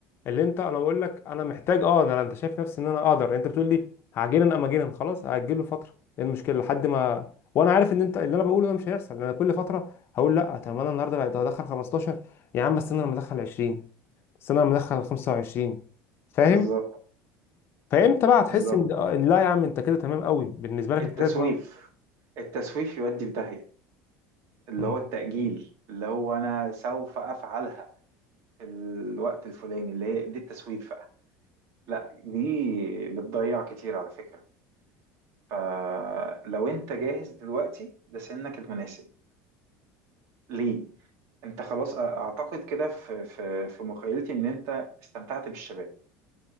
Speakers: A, on the left; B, on the right.
A: اللي انت انا بقول لك انا محتاج اه ده انا انت شايف نفسي ان انا اقدر يعني انت بتقول لي هعجنن اما اجنن خلاص هاجله فتره ايه المشكله لحد ما وانا عارف ان انت اللي انا بقوله ده مش هيحصل انا كل فتره هقول لا طب ما انا النهارده بقيت ادخل 15 يا عم استنى لما ادخل 20 استنى لما ادخل 25 فاهم
B: بالظبط
A: فامتى بقى هتحس
B: بالظبط
A: ان آه، إن لا يا عم انت كده تمام قوي بالنسبه لك
B: التسويف
A: انت كده
B: التسويف يودي في داهية اللي
A: تمام
B: هو التأجيل اللي هو أنا سوف أفعلها في الوقت الفلاني اللي هي دي التسويف بقى لا دي بتضيع كتير على فكرة فلو أنت جاهز دلوقتي ده سنك المناسب ليه؟ أنت خلاص أ- أعتقد كده في في في مخيلتي إن أنت استمتعت بالشباب